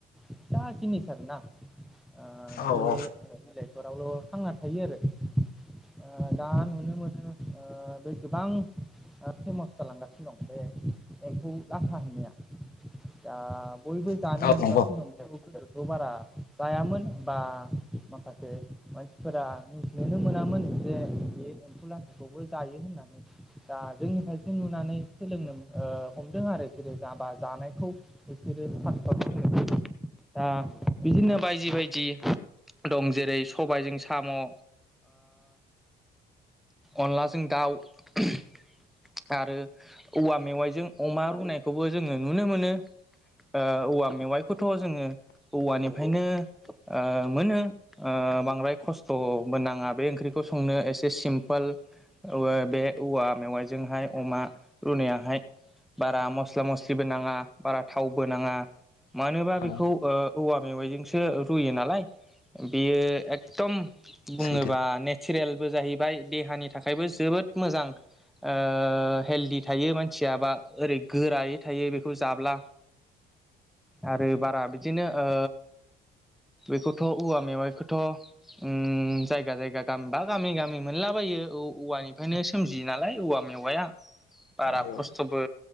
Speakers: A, in the centre; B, on the left (about 60°).
A: फिसा जिनिस आरोना। ओ बे
B: औ औ
A: ओ बिलायफोरावल' थांना थायो आरो। ओ दा नुनो मोनो। ओ बे गोबां ओ फेमस जालांगासिनो दं बे एम्फौ लाथा होन्नाया। दा बयबो जानो
B: नंगौ
A: हमगासिनो
B: नंगौ
A: दं बे <inaudible> बारा जायामोन बा माखासे मानसिफोरा मिनथिनोनो मोनामोन जे बिदि एम्फौ लाथाखौबो जायो होननानै। दा जोंनिफायसो नुनानै सोलोंनो ओ हमदों आ <unintelligible> जा बा जानायखौ बिसोरो <inaudible> दा बिदिनो बायदि बायदि दं जेरै सबायजों साम' ओ अनलाजों दाउ <unintelligible> आरो औवा मेवाइजों अमा रुनायखौबो जोङो नुनो मोनो। ओ औवा मेवाइखौथ' जोङो औवानिफायनो ओ मोनो। ओ बांद्राय खस्थ'बो नाङा बे ओंख्रिखौ संनो एसे सिम्पोल ओबो बे औवा मेवायजोंहाय अमा रुनायाहाय बारा मस्ला मस्लिबो नाङा बारा थावबो नाङा मानोबा बेखौ
B: औ
A: ओ औवा मेवाइजोंसो रुयो नालाय। बियो एकदम बुङोबा
B: सैथो
A: नेचोरेलबो जाहैबाय देहानि थाखायबो जोबो द मोजां। ओ हेल्दि थायो मानसिया बा ओरै गोरायै थायो बेखौ जाब्ला। आरो बारा बिदिनो ओ बेखौथ' उवा मेवाइखोथ' उम जायगा जायगा गाम बा गामि गामि मोनलाबायो औ औवानिफायनो सोमजियो नालाय। औवा मेवाया बारा
B: औ औ
A: खस्थ'बो